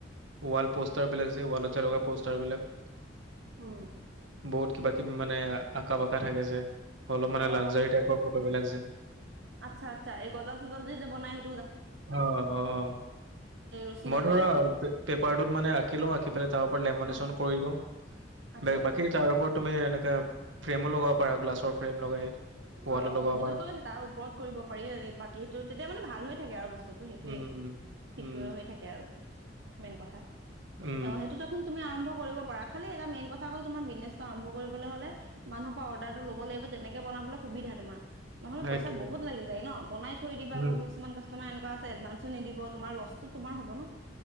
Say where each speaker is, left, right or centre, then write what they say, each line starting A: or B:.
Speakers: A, on the right; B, on the right.
A: ৱাল পোষ্টাৰ বিলাক যে ৱালত যে লগা প'ষ্টাৰ বিলাক
B: অ
A: বহুত কিবা মানে আঁকা বাকা থাকে যে অলপ মানে
B: অ
A: লাগজাৰী টাইপৰ ফটোবিলাক যে
B: আচ্ছা আচ্ছা এই গজাল চজাল দি যে বনাই সে
A: অহ অ অ
B: এই ৰছী
A: মই
B: লগাই
A: ধৰা
B: ন
A: পেপাৰটোত মানে আঁকিলো আঁকি পেলাই তাৰ লেমোনেচন
B: আহ
A: কৰিলো
B: আচ্ছা
A: বা বাকী তাৰ ওপৰত তুমি এনেকে ফ্ৰেমো লগাব পাৰা গ্লাছৰ ফ্ৰেম লগাই ৱালত
B: অ
A: লগাব
B: সেইটোতো
A: পাৰা
B: তাৰ ওপৰত কৰিব পাৰি বাকী সেইটো তেতিয়া মানে ভাল হৈ থাকে আৰু বস্তু বস্তুতো সেইটোৱে
A: উম
B: ঠিক
A: উম
B: হৈ থাকে আৰু মেইন কথা
A: উম
B: অ সেইটো দেখোন তুমি আৰম্ভ কৰিব পাৰা খালি এটা মেইন কথা হল তোমাৰ বিজনেছ্টো আৰম্ভ কৰিবলে হলে মানুহৰ পৰা অৰ্ডাৰটো লব লাগিব তেনেকে বনাবলে সুবিধা তোমাৰ নহ'লে
A: সেইটোৱে,
B: পইচা বহুত লাগি যায় ন বনাই থৈ দিবা
A: উম,
B: আকৌ কিছুমান কাষ্টমাৰ এনেকুৱা এডভানসো নিদিব তোমাৰ লছটো তোমাৰ হ'ব ন